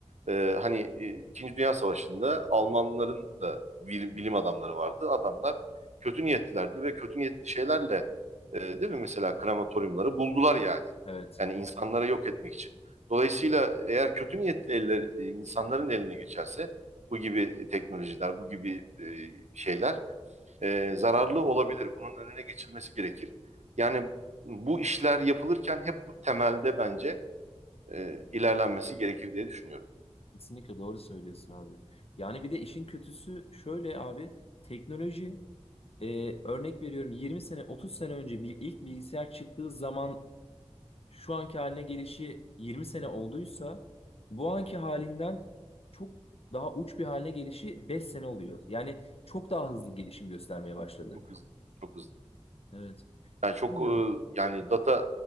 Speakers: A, on the right; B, on the left.
A: ee, hani e, İkinci Dünya Savaşı'nda Almanların da bilim, bilim adamları vardı. Adamlar kötü niyetlilerdi ve kötü niyetli şeylerle e, değil mi mesela krematoryumları buldular yani.
B: Evet.
A: Yani insanlara yok etmek için. Dolayısıyla eğer kötü niyetli eller e, insanların eline geçerse bu gibi teknolojiler, bu gibi e, şeyler e, zararlı olabilir. Bunun önüne geçilmesi gerekir. Yani bu işler yapılırken hep bu temelde bence e, ilerlenmesi gerekir diye düşünüyorum.
B: Kesinlikle doğru söylüyorsun abi. Yani bir de işin kötüsü şöyle abi. Teknoloji e, örnek veriyorum 20 sene 30 sene önce bir ilk bilgisayar çıktığı zaman şu anki haline gelişi 20 sene olduysa bu anki halinden çok daha uç bir haline gelişi 5 sene oluyor. Yani çok daha hızlı gelişim göstermeye başladı.
A: Çok hızlı. Çok hızlı.
B: Evet.
A: Yani çok
B: Bilmiyorum.
A: e, yani data